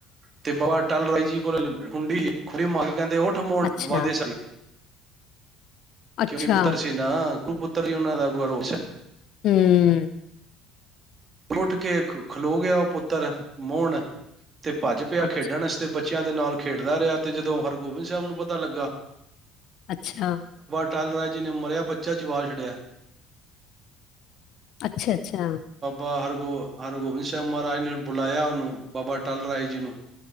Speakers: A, on the right; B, on the left.
A: ਤੇ ਬਾਬਾ ਅਟੱਲ ਜੀ ਕੋਲ ਹੁੰਡੀ ਖੜੀ ਮੱਲ ਕਹਿੰਦੇ ਉਠ ਮੋਣ
B: ਅੱਛਾ
A: ਵੱਦੇ
B: ਅੱਛਾ
A: ਕਿਉਂਕਿ ਪੁੱਤਰ ਸੀ ਨਾ ਇਕੋ ਪੁੱਤਰ ਸੀ ਉਹਨਾਂ ਦਾ ਗੁਰੂ ਰੋਸ਼ਨ
B: ਹਮ।
A: ਉੱਠ ਕੇ ਖਲੋ ਗਿਆ ਉਹ ਪੁੱਤਰ ਮੋਹਣ ਤੇ ਭੱਜ ਪਿਆ
B: ਅੱਛਾ
A: ਖੇਡਣ ਆਸਤੇ ਬਚ ਬੱਚਿਆਂ ਦੇ ਨਾਲ ਖੇਡਦਾ ਰਿਹਾ ਤੇ ਜਦੋਂ ਹਰਗੋਬਿੰਦ ਸਾਹਿਬ ਨੂੰ ਪਤਾ ਲੱਗਾ
B: ਅੱਛਾ।
A: ਅਟਾਲ ਰਾਇ ਜੀ ਨੇ ਮਰਿਆ ਬੱਚਾ ਜੀਵਾ ਛੱਡਿਆ
B: ਅੱਛਾ-ਅੱਛਾ।
A: ਆਰਗੋ ਹਰਗੋਬਿੰਦ ਸਿੰਘ ਮਹਾਰਾਜ ਨੇ ਬੁਲਾਇਆ ਉਹਨੂੰ ਬਾਬਾ ਟਲ ਰਾਏ ਜੀ ਨੂੰ